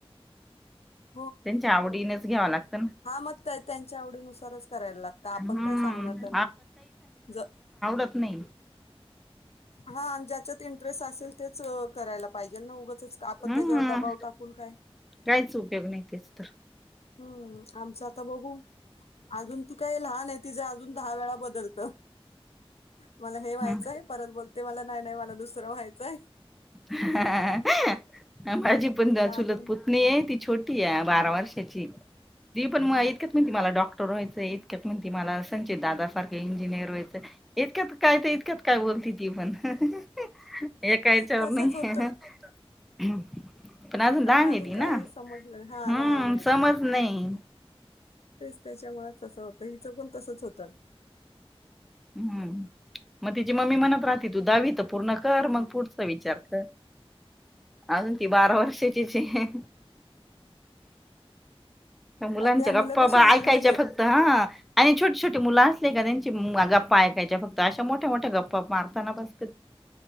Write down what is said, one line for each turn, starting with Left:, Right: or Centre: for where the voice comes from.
Left: <inaudible>
Centre: त्यांच्या आवडीनेचं घ्यावा लागतं ना.
Left: हा मग त्यांच्या आवडीनुसारचं करायला लागत. आपण
Centre: हम्म
Left: काय सांगणार त्यांना. ज
Centre: त नाही.
Left: हा आणि ज्याच्यात इंटरेस्ट असेल तेच करायला पाहिजेल ना, उगंच आपण
Centre: हम्म
Left: त्याच्यावर दबाव टाकून काय.
Centre: काहीच उपयोग नाही तेच तर.
Left: हम्म आमचा- आता बघू अजून ती काय लहान आहे. ति जे अजून दहा वेळा बदलत. मला हे
Centre: हम्म
Left: व्हायचंय, परत बोलते मला नाही नाही मला दुसरं व्हायचंय.
Centre: हा. माझी पण
Left: तिला
Centre: चुलत
Left: अजून
Centre: पुतनी आहे. ती छोटी आहे, बारा वर्षाची. ती पण
Left: हा
Centre: येतक्यात म्हणते मला डॉक् क्टर व्हायचय. इतक्या म्हणते मला संचित दादा सारखे इंजिनिअर व्हयचं. इतक्यात काय तर इतक्यात काय बोल ति ती पण हे एकायच्यावर
Left: तसच
Centre: नाही.
Left: होतं
Centre: पण अजून
Left: त्यांना
Centre: लहान आहे ती ना,
Left: काय समजलं नाही. हा
Centre: हम्म.
Left: लहान आहेत
Centre: समज नाही.
Left: तेच त्याच्यामुळेच तसंच होतं. हिचं पण तसच होतं.
Centre: हम्म, मग तिची मम्मी म्हणत राहती तू दहावी तर पूर्ण कर मग पुढच विचार कर. अजून ती बारा वर्षाचीचं ये. मुलांच्या
Left: त्या मुलं
Centre: गप्पाबा
Left: कशी हल्ली
Centre: ऐकायच्या फक्त हा. आणि छोटी छोटी मुलं असले का त्यांचे गा- प्पा ऐकायच्या फक्त अशा मोठ्या मोठ्या गप्पा मारताना बसत.